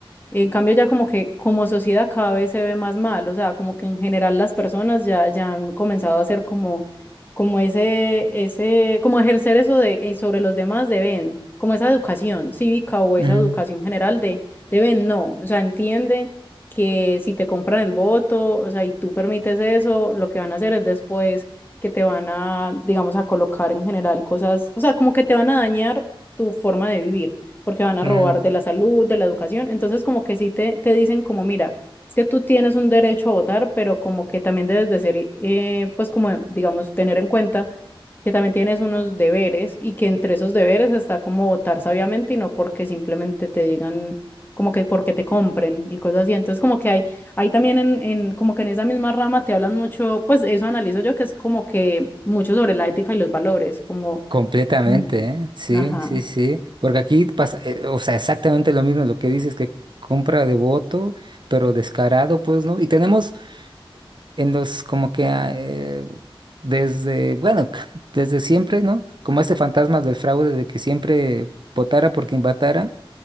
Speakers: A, on the left; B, on the right.
A: En cambio, ya como que como sociedad cada vez se ve más mal, o sea, como que en general las personas ya, ya han comenzado a hacer como, como ese, ese, como ejercer eso de, eh, sobre los demás deben, como esa educación cívica o esa
B: ujú,
A: educación general de deben no, o sea, entiende que si te compran el voto, o sea, y tú permites eso, lo que van a hacer es después que te van a, digamos, a colocar en general cosas, o sea, como que te van a dañar tu forma de vivir porque van a
B: ujú.
A: robar de la salud, de la educación. Entonces, como que sí te, te dicen como, mira, es que tú tienes un derecho a votar, pero como que también debes de ser, eh, pues como, digamos, tener en cuenta que también tienes unos deberes y que entre esos deberes está como votar sabiamente y no porque simplemente te digan como que porque te compren y cosas así. Entonces, como que hay, hay también en, en, como que en esa misma rama te hablan mucho, pues eso analizo yo, que es como que mucho sobre la ética y los valores, como,
B: Completamente,
A: Mm.
B: ¿eh? Sí,
A: ajá.
B: sí, sí. Porque aquí pasa, eh, o sea, exactamente lo mismo lo que dices, que compra de voto, pero descarado, pues, ¿no? Y tenemos en los, como que, ah, eh, desde, bueno, <laughs> desde siempre, ¿no? Como ese fantasma del fraude de que siempre votara por quien votara